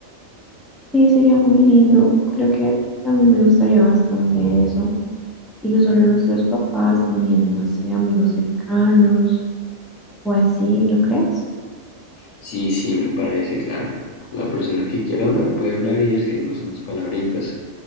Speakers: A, in the centre; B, on the left.
A: Sí, sería muy lindo. Creo que también me gustaría bastante eso. Y no solo nuestros papás, también, no sé, amigos cercanos o así, ¿no crees?
B: Sí, sí, me parece claro. La persona que quiera hablar puede hablar y decirnos unas palabritas.